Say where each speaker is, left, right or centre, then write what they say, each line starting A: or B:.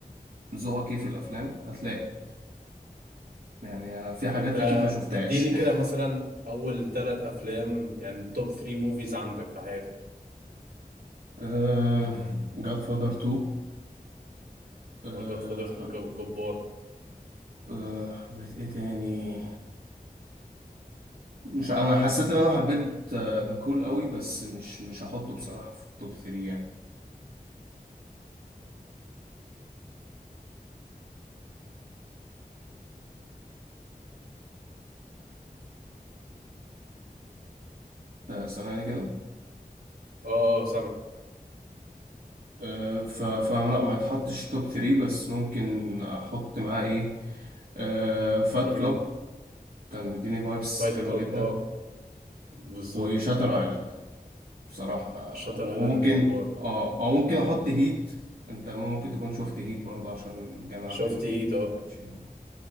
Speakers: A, on the right; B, on the right.
A: ذوقك ايه في الافلام هتلاقي يعني في حاجات
B: انت
A: اكيد ما شفتهاش
B: اديني كده مثلا
A: <laughs>
B: اول ثلاث افلام يعني توب 3 موفيز عندك في حياتك
A: أه... جاد فادر 2 أه...
B: اه جاد فاذر
A: حب...
B: 2 جو- جبار
A: أه... حبيت ايه تاني مش انا حسيت ان انا حبيت ذا كول قوي بس مش مش هحطه بصراحة في التوب 3 يعني انت سامعني كده
B: اه اه سامع
A: أه، ف فلا ما يتحطش توب 3 بس ممكن احط معاه ايه أه فات
B: امم
A: كلاب كان مديني فايبس
B: فايت
A: حلوة
B: كلاب
A: جدا
B: اه بالظبط
A: وشاتر ايلاند بصراحة أه،
B: شاتر
A: وممكن
B: ايلاند جبار
A: اه او ممكن احط هيت انت ممكن تكون شفت هيت برضه عشان جمع
B: شفت
A: بين
B: هيت اه
A: باتشينو